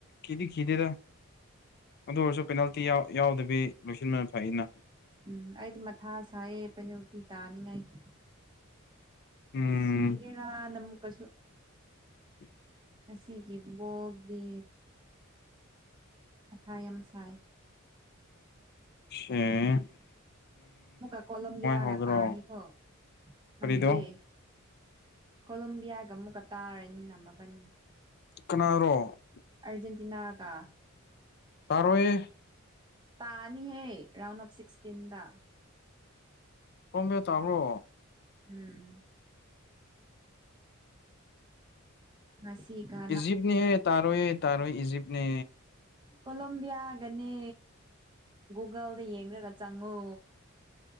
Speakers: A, on the left; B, on the right.
A: ꯀꯤꯗꯤ ꯀꯈꯤꯗꯦꯗ ꯑꯗꯨ ꯑꯣꯏꯔꯁꯨ ꯄꯦꯅꯥꯜꯇꯤ ꯌꯥꯎꯗꯕꯤ ꯂꯣꯏꯁꯤꯟꯕꯅ ꯐꯩ ꯅ
B: ꯎꯝ ꯑꯩꯗꯤ ꯃꯊꯥ ꯁꯥꯏꯌꯦ ꯄꯦꯅꯜꯇꯤ ꯇ ꯇꯥꯅꯤꯡꯉꯥꯏꯒꯤ
A: ꯎꯝ
B: ꯑꯁ ꯁꯤꯒꯦꯔ ꯅꯝ ꯀꯁꯨ
A: <inaudible>
B: ꯑꯁꯤꯒꯤ ꯕꯣꯛꯗꯤ ꯃꯊꯥ ꯌꯥꯝ ꯁꯥꯏ
A: ꯢꯁꯦ
B: ꯑꯃꯨꯛꯀ ꯀꯣꯂꯕꯤꯌꯥꯒ
A: ꯍꯧꯒꯦꯔꯣ
B: ꯇꯥꯔꯅꯤꯀꯣ ꯃꯟꯗꯦ
A: ꯀꯔꯤꯗꯣ
B: ꯀꯣꯂꯣꯝꯕꯤꯌꯥꯒ ꯑꯃꯨꯛꯀ ꯇꯥꯔꯅꯤ ꯅꯝꯃꯕꯅꯤ
A: ꯀꯅꯥꯔꯣ
B: ꯑꯔꯖꯦꯟꯇꯤꯅꯥꯒ
A: ꯇꯔꯣꯢꯋꯦ
B: ꯇꯥꯅꯤꯍꯦ ꯔꯥꯎꯟ ꯑꯣꯐ ꯁꯤꯛꯁꯇꯤꯟꯗ
A: ꯄꯣꯝꯕ ꯇꯥꯕ꯭ꯔꯣ
B: ꯎꯝ ꯉꯁꯤꯒ
A: ꯏꯖꯤꯞꯅꯦꯍꯦ ꯇꯥꯔꯣꯏꯌꯦ ꯇꯥꯔꯣꯏꯌꯦ ꯏꯖꯤꯞꯅꯦ
B: ꯀꯣꯂꯣꯝꯕꯤꯌꯥꯒꯅꯦ ꯒꯨꯒꯜꯗ ꯌꯦꯡꯈ꯭ꯔꯒ ꯆꯪꯉꯣ